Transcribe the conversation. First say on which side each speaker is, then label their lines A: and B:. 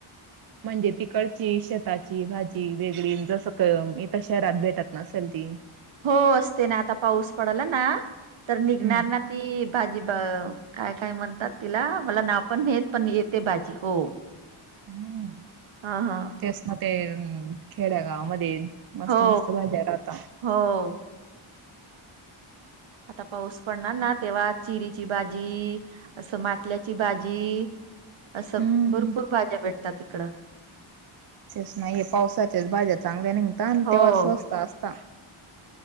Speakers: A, on the right; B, on the right.
A: म्हणजे तिकडची शेताची भाजी वेगळी जसं कि इथं शहरात भेटत नसेल ती,
B: हो असते ना आता पाऊस पडला ना तर निघणार
A: हम्म.
B: ना ती भाजी ब काय काय म्हणतात तिला मला नाव पण नेत पण येते भाजी हो.
A: हम्म
B: हा हा
A: तेच ना ते खेडया गावामध्ये मस्त
B: हो
A: मस्त भाज्या राहता
B: हो आता पाऊस पडणार ना तेव्हा चिरीची भाजी असं माटल्याची भाजी असं
A: हम्म
B: भरपूर भाज्या भेटतात इकडं
A: तेच नाहीये पावसाच्याच भाज्या चांगल्या नि आणि
B: हो
A: तेव्हा स्वस्त असता.